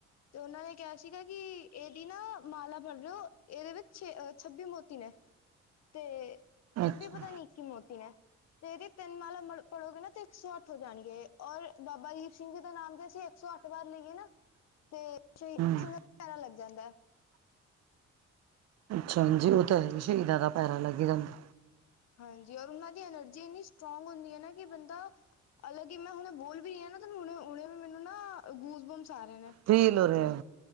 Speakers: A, on the left; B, on the right.
A: ਤੇ ਓਨਾਂ ਨੇ ਕੇਆ ਸੀ ਠੀਕ ਐ ਜੀ, ਏਦੀ ਨਾ ਮਾਲਾ ਪੜ ਰੇ ਓ ਏਦੇ ਵਿੱਚ ਛੇ ਛੱਬੀ ਮੋਤੀ ਨੇ ਤੇ ਛੱਬੀ
B: ਅੱਛਾ,
A: ਪਤਾ ਨੀ ਇਕੀ ਮੋਤੀ ਨੇ। ਤੇ ਏਦੀ ਤਿੰਨ ਮਾਲਾ਼ ਮਣ ਪੜੋਗੇ ਨਾ ਤੇ ਇੱਕ ਸੌ ਅੱਠ ਹੋ ਜਾਣਗੇ, ਔਰ ਬਾਬਾ ਦੀਪ ਸਿੰਘ ਜੀ ਦੀ ਨਾਮ ਦੀ ਅਸੀ ਇੱਕ ਸੌ ਅੱਠ ਵਾਰ ਲਈਏ ਨਾ, ਤੇ
B: ਹੂੰ,
A: <unintelligible> ਪੈਰਾ ਲੱਗ ਜਾਂਦੈ
B: ਅੱਛਾ ਹਾਂਜੀ, ਓ ਤੇ ਹੈ ਈ ਸ਼ਹੀਦਾਂ ਦਾ ਪੈਰਾ ਲੱਗ ਜਾਂਦਾ।
A: ਹਾਂਜੀ, ਓਰ ਓਨਾਂ ਦੀ ਐਨਰਜੀ ਏਨੀ ਸਟ੍ਰੋਂਗ ਹੁੰਦੀ ਐ ਨਾ ਕਿ ਬੰਦਾ ਅਲਗੀ ਮੈਂ ਹੁਣੇ ਮੈਂ ਬੋਲ ਵੀ ਰੀ ਆਨਾ ਤੇ ਹੁਣੇ-ਹੁਣੇ ਮੈਨੂੰ ਨਾ ਗੂਸ ਬਮਸ ਆਰੇ ਨੇ।
B: ਫੀਲ ਹੋ ਰੇਆ।